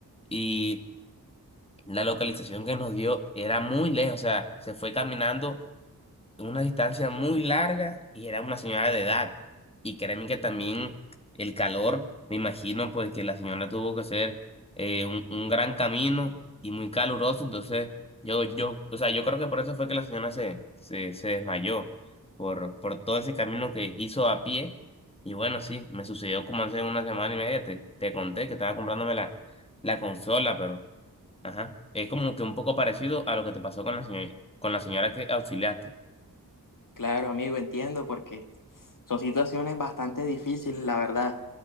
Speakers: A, on the left; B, on the left.
A: Y la localización que nos dio era muy lejos, o sea, se fue caminando una distancia muy larga y era una señora de edad. Y créeme que también el calor, me imagino, pues que la señora tuvo que hacer eh, un, un gran camino y muy caluroso. Entonces, yo, yo, o sea, yo creo que por eso fue que la señora se, se, se desmayó, por, por todo ese camino que hizo a pie. Y bueno, sí, me sucedió como hace una semana y media, te, te conté que estaba comprándome la, la consola, pero, ajá, es como que un poco parecido a lo que te pasó con la señora, con la señora que auxiliaste.
B: Claro, amigo, entiendo porque son situaciones bastante difíciles, la verdad.